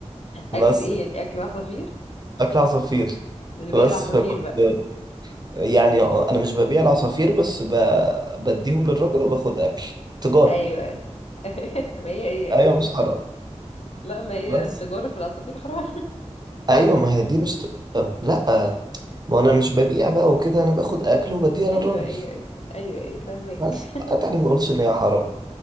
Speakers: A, on the right; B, on the left.
A: بس
B: اكل ايه يعني اكل عصافير
A: اكل عصافير
B: اللي باقي
A: بس
B: العصافير
A: فكنت
B: بقى
A: يعني انا مش ببيع العصافير بس ب... بديهم للراجل وباخد اكل تجاره
B: ايوه ايوه <laughs> ما هي هي
A: ايوه مش حرام
B: لا ما هي
A: بس
B: التجارة في العصافير حرام
A: ايوه ما هي دي مش ت... لا ما انا مش ببيع بقى وكده انا باخد اكل وبديها
B: <laughs>
A: للراجل
B: ايوه ايوه ايوه ايوه ايوه فاهمك
A: بس تعالى ما اقولش ان هي حرام